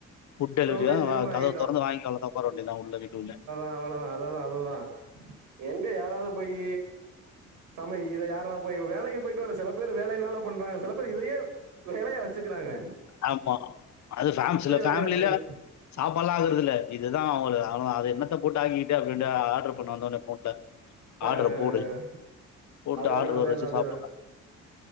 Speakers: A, on the left; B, on the right.
A: ஃபுட் டெலிவரிய
B: சோம்பேறித்தனமா
A: வ கதவ
B: ஆயிட்டோ
A: தொறந்து வாங்கிட் வந்து ஒக்கார வேண்டி தா உள்ள வீட்டு உள்ள
B: அவ்ளோ தா அதுதா அது தா எங்க யாராது போயி சமைக்கி இத யாரா போயி வேலைக்கு போயிட்டு வர சில பேரு வேலைனால பண்றாங்க சில பேரு இதயே வேலையா வச்சுக்குறாங்க
A: ஆமா அது ஃபேம்ஸ் சில ஃபேமிலில
B: வேலையா வச்சுக்கிறாங்க
A: சாப்பாலாம் ஆக்குறதுல இதுதா அவளு அவனும் அத என்னத்த போட்டு ஆக்கி கிட்டு அப்டின்ட்டு ஆடர் பண்ணுவ வந்ததோ ஃபோன்ல
B: ஆ ஆ
A: ஆட்ர
B: ஆ
A: போடு போட்டு
B: அதேதான்
A: ஆட்ரு
B: அதேதான்
A: வர வச்சு
B: அதேதான்
A: சாப்புறா